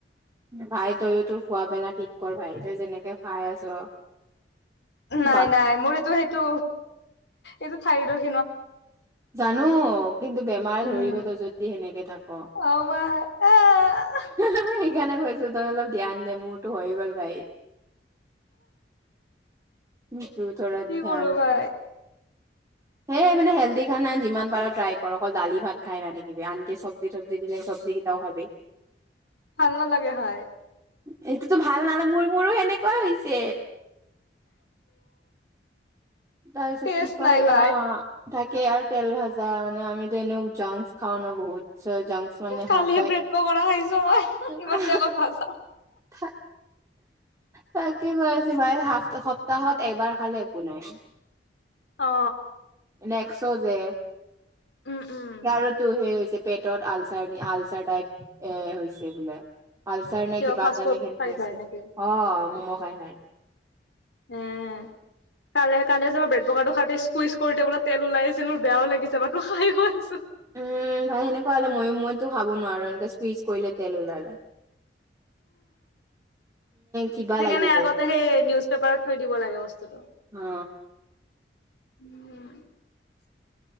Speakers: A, on the right (about 20°); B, on the left (about 70°).
A: ভাই তইও তোৰ খোৱা পেলা ঠিক কৰ ভাই তই যেনেকে খাই আছ
B: নাই
A: বাদ
B: নাই মোৰ এইটো সেইটো এইটো ঠাই ৰ
A: জানো কিন্তু বেমাৰ ধৰিবতো
B: উম
A: যদি সেনেকে থাক হা
B: অ ভাই আহ
A: হা সেইকাৰণেছো তই অলপ ধ্যান দে মোৰতো হৈ গ'ল ভাৰি সেইটো ধৰা
B: কি
A: ধ্যান
B: কৰো
A: দিয়
B: ভাই
A: সেই মানে হেল্ডি খানা যিমান ট্ৰাই কৰ অকল দালি ভাত খাই নাথাকিবি আনকি চব্জি তব্জি দিলে চব্জি কেইটাও খাবে
B: ভাল নালাগে ভাই
A: সেইটোতো ভাল নালে মোৰ মোৰো সেনেকুৱা হৈছে তাৰিছত
B: টেষ্ট
A: কি কয়
B: নাই ভাই
A: হা তাকেই আৰু তেল ভাজা মানে আমিতো এনে উজাং খাওঁ ন বহুত চ জংক মানে
B: কালিহে
A: হাতটাই
B: ব্ৰেড পকৰা খাইছো মই ইমান
A: হা
B: তেলত ভাজা
A: হা‌ তাকে কৈ আছো ভাই সপ্তাহত এবাৰ খালে একো নাই।
B: অ
A: নেক্স যে
B: উম উম
A: হেয়াৰো টো সেই হৈছে পেটত আলচাৰ আলচাৰ টাইপ এ হৈছে বোলে। আলচাৰ নে
B: কিয়
A: কিবা
B: ফাষ্ট
A: এটালে
B: ফুড
A: সেনেকুৱাইছে
B: খাইছা নেকি
A: অ মম' খাই খাই।
B: উম। কালে কালে যাবা ব্ৰেড পকাৰটো খাতে চুইচ কৰি বোলে তেল উলাইচে নহয় মোৰ বেয়াও লাগিছে মো খাই আছো।
A: উম ভাই সেনেকুৱা হ'লে মই মইতো খাব নোৱাৰো এনেকে চুইজ কৰিলে তেল ওলালে। <inaudible> কিবা
B: সেইকাৰণে
A: লাগি যায়
B: আগতে সেই নিউজ পেপাৰত থৈ দিব লাগে বস্তুটো।
A: অ
B: উম